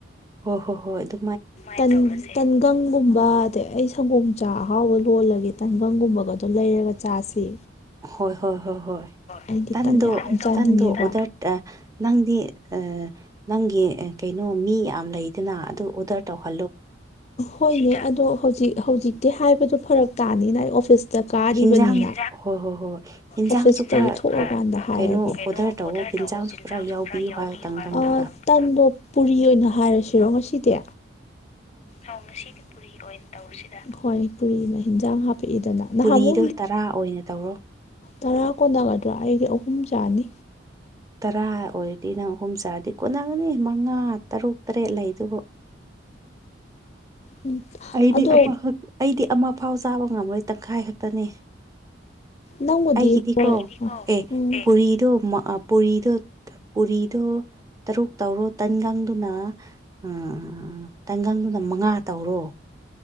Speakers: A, on the right; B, on the left.
A: ꯍꯣꯏ ꯍꯣ ꯍꯣꯏ ꯑꯗꯨ
B: ꯇꯟ ꯇꯟꯒꯪꯒꯨꯝꯕ ꯑꯗꯩ ꯑꯩ ꯁꯪꯒꯣꯝ ꯆꯥ ꯑꯍꯥꯎꯕ ꯂꯣꯜꯂꯒꯦ ꯇꯟꯒꯪꯒꯨꯝꯕꯒꯗꯣ ꯂꯩꯔꯒ ꯆꯥꯁꯤ
A: ꯍꯣꯏ ꯍꯣꯏ ꯍꯣꯏ ꯍꯣꯏ
B: ꯑꯩꯗꯤ
A: ꯇꯟꯗꯨ
B: ꯇꯟ ꯌꯥꯝ ꯆꯥꯅꯤꯡꯉꯦꯕ
A: ꯇꯟꯗꯨ ꯑꯣꯗꯔ ꯑ ꯅꯪꯗꯤ ꯑ ꯅꯪꯒꯤ ꯀꯩꯅꯣ ꯃꯤ ꯌꯥꯝ ꯂꯩꯗꯅ ꯑꯗꯨ ꯑꯣꯗꯔ ꯇꯧꯍꯜ
B: ꯍꯣꯏꯅꯦ ꯑꯗꯣ ꯍꯧꯖꯤꯛ ꯍꯧꯖꯤꯛꯇꯤ ꯍꯥꯏꯕꯗꯣ ꯐꯔꯛ ꯇꯥꯅꯤꯅ ꯑꯩ ꯑꯣꯐꯤꯁ ꯆ ꯀꯥꯔꯤꯕꯅꯤꯅ
A: ꯍꯤꯟꯖꯥꯡ ꯍꯣꯏ ꯍꯣꯏ ꯍꯣꯏ ꯍꯤꯟꯖꯥꯡꯁꯨ
B: ꯑꯣꯐꯤꯁꯇꯒꯤ
A: ꯈꯔ
B: ꯊꯣꯛꯂꯀꯥꯟꯗ ꯍꯥꯏꯔꯒꯦ
A: ꯀꯩꯅꯣ
B: ꯑꯣꯗꯔ
A: ꯇꯧꯋ ꯍꯤꯟꯖꯥꯡꯁꯨ
B: ꯇꯧꯑꯣ ꯆꯤꯟꯖꯥꯛꯁꯨ ꯈꯔ ꯌꯥꯎꯕꯤꯌꯨ
A: ꯍꯥꯏꯕ ꯇꯪꯒꯪꯗꯨꯗ
B: ꯑ ꯇꯟꯗꯣ ꯄꯨꯔꯤ ꯑꯣꯏꯅ ꯍꯥꯏꯔꯁꯤꯔꯣ ꯉꯁꯤꯗꯤ ꯑꯧ ꯉꯁꯤ ꯄꯨꯔꯤ ꯑꯣꯏꯅ ꯇꯧꯁꯤꯗ ꯍꯣꯏ ꯄꯨꯔꯤꯅ ꯏꯟꯖꯥꯡ ꯍꯥꯞꯄꯛꯏꯗꯅ ꯅꯍꯥꯟ
A: ꯄꯨꯔꯤꯗꯣ
B: ꯑꯃꯨ
A: ꯇꯔꯥ ꯑꯣꯏꯅ ꯇꯧꯔꯣ
B: ꯇꯔꯥ ꯀꯣꯟꯅꯒꯗ꯭ꯔꯥ ꯑꯩꯗꯤ ꯑꯍꯨꯝ ꯆꯥꯅꯤ
A: ꯇꯔꯥ ꯑꯣꯏꯔꯗꯤ ꯅꯪ ꯑꯍꯨꯝ ꯆꯥꯔꯗꯤ ꯀꯣꯟꯅꯒꯅꯤ ꯃꯉꯥ ꯇꯔꯨꯛ ꯇꯔꯦꯠ ꯂꯩꯗꯨꯕꯨ
B: ꯎꯝ
A: ꯑꯩꯗꯤ
B: ꯑꯗꯣ
A: ꯑꯃꯍꯛ ꯑꯩꯗꯤ ꯑꯃꯐꯥꯎ ꯆꯥꯕ ꯉꯝꯂꯣꯏ ꯇꯪꯈꯥꯏ ꯈꯛꯇꯅꯦ
B: ꯅꯪꯕꯨꯗꯤ
A: ꯑꯩꯒꯤꯗꯤꯀꯣ
B: ꯍꯣꯏ
A: ꯑꯦ
B: ꯎꯝ
A: ꯄꯨꯔꯤꯗꯣ ꯃ ꯑ ꯄꯨꯔꯤꯗꯣ ꯄꯨꯔꯤꯗꯣ ꯇꯔꯨꯛ ꯇꯧꯔꯣ ꯇꯟꯒꯪꯗꯨꯅ ꯑ ꯇꯪꯒꯪꯗꯨꯅ ꯃꯉꯥ ꯇꯧꯔꯣ